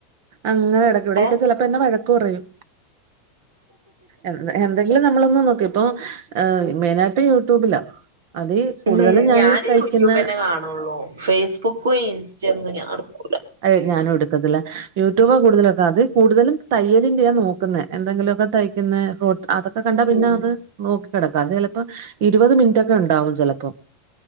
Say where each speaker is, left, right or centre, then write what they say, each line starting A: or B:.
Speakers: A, on the right; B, on the right.
A: അങ്ങനെ കെടക്കും ഇവിടൊക്കെ
B: ഏ
A: ചെല പ്പം എന്നെ വഴക്ക് പറയും എന്ത എന്തെങ്കിലും നമ്മളൊന്നും നോക്കി ഇപ്പൊ ഏ മെയിനായിട്ട് യൂട്യൂബിലാ അതീ കൂടുതലും
B: ഉം
A: ഞാനീ
B: ഞാന്
A: തയ്ക്കുന്ന
B: യൂട്യൂബെന്നെ കാണൊള്ളു. ഫേയ്സ്ബുക്കും ഇൻസ്റ്റ ഒന്നും ഞാൻ ഇട്ക്കൂല.
A: അഹ് ഞാനും എടുക്കത്തില്ല. യൂട്യൂബ് കൂടുതലൊക്കെ അത് കൂടുതലും തയ്യലിന്റെയാ നോക്കുന്നെ. എന്തെങ്കിലൊ ക്കെ തയ്ക്കുന്ന അതൊക്കെ കണ്ടാ
B: ഉം
A: പിന്നെ അത്. നോക്കി കെടക്കാ. അത് ചെലപ്പോ ഇരുപത് മിനിറ്റൊക്കെ ഇണ്ടാവും ചെലപ്പം.